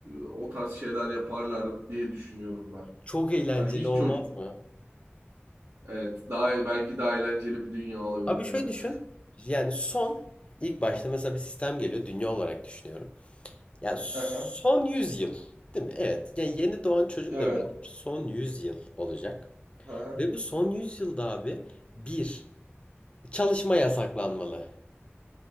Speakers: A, on the right (about 80°); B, on the left (about 25°).
A: o tarz şeyler yaparlar diye düşünüyorum ben.
B: Çok eğlenceli
A: Hani hiç
B: olmaz
A: çocuk.
B: mı?
A: Evet. Daha e, belki daha eğlenceli bir dünya olabilir.
B: Abi
A: Evet.
B: şöyle düşün. Yani son ilk başta mesela bir sistem geliyor. Dünya olarak düşünüyorum. Yani son
A: Aha,
B: 100 yıl. Değil mi? Evet. Yani yeni doğan çocukla
A: evet.
B: beraber son 100 yıl olacak.
A: Aha.
B: Ve bu son 100 yılda abi bir çalışma yasaklanmalı.